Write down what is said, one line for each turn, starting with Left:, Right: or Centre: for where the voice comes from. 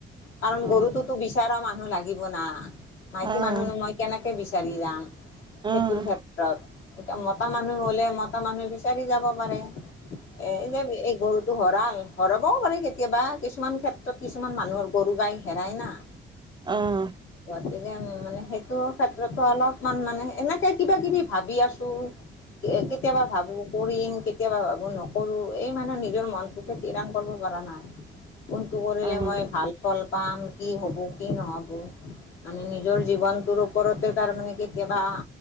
Left: কাৰণ
Right: অঁ
Left: গৰুটোোতো বিচৰা মানুহ লাগিব না মাইকী
Right: অঁ অঁ
Left: মানুহনো
Right: অঁ
Left: মই কেনেকে বিচাৰি যাম সেইটোৰ
Right: অঁ অঁ
Left: এতিয়া মতা মানুহ হলে মতা মানুহে বিচাৰি যাব পাৰে এ যে এই গৰু ো হঁৰাল হৰাবও পাৰে কেতিয়াবা কিছুমান ক্ষেত্ৰত কিছুমান মানুহৰ গৰু গাই হেৰাই না <inaudible>
Right: অঁ
Left: গতিকে মানে সেইটো ক্ষেত্ৰতো অলপমান মানে এনেকে কিবা কিবি ভাবি আছো কেতিয়াবা ভাবো কৰিম কেতিয়াবা ভাবো নকৰো এই মানুহে নিজৰ মনটোকে িৰাং কৰিব পৰা নাই কোনটো কৰিলে
Right: অঁ
Left: মই ভাল ফল পাম কি হ'ব কি নহ'ব মানে নিজৰ জীৱনটোৰ ওপৰতে তাৰ মানে কেতিয়াবা